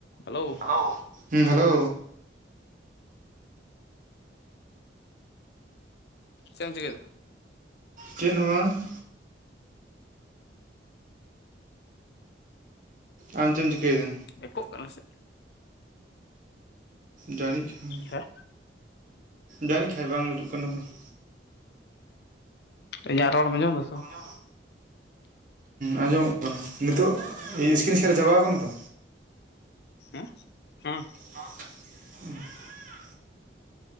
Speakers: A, on the left; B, on the right.
A: Hello
B: hello ᱦᱮᱸ hello
A: ᱪᱮᱫ ᱮᱢ ᱪᱤᱠᱟᱹᱭᱫᱟ?
B: ᱪᱮᱫ ᱦᱚᱸ ᱵᱟᱝ ᱾ ᱟᱢ ᱪᱮᱫ ᱮᱢ ᱪᱤᱠᱟᱹᱭᱮᱫᱟ?
A: ᱮᱠᱳᱜ ᱠᱟᱱᱟ ᱥᱮ?
B: ᱡᱟᱹᱲᱤᱜ ᱠᱷᱟᱱ
A: ᱦᱮᱸ
B: ᱡᱟᱹᱱᱤᱡ ᱠᱷᱟᱱ ᱵᱟᱝ ᱵᱩᱡᱩᱜ ᱠᱟᱱᱟ ᱛᱚ ᱾
A: ᱤᱧᱟᱜ ᱨᱚᱲ ᱮᱢ ᱟᱸᱡᱚᱢ ᱫᱟ ᱥᱮ ᱵᱟᱝ?
B: <inaudible> ᱦᱚᱸᱻ ᱟᱸᱡᱚᱢᱚᱜ ᱠᱟᱱᱟ ᱱᱤᱛᱚᱜ ᱤᱥᱠᱤᱱ ᱥᱮᱭᱟᱨ ᱪᱟᱵᱟ ᱟᱠᱟᱱᱟ ᱛᱚ?
A: ᱦᱮᱸ ᱦᱮᱸᱻ
B: ᱦᱚᱸᱻ <inaudible>